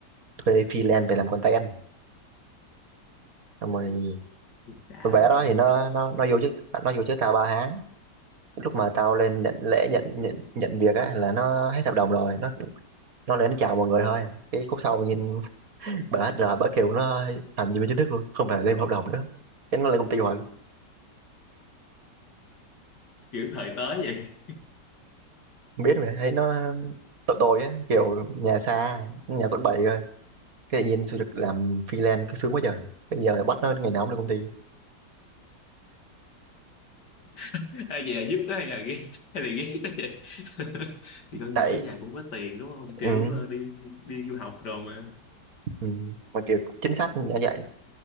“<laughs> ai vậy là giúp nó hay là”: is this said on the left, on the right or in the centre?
Left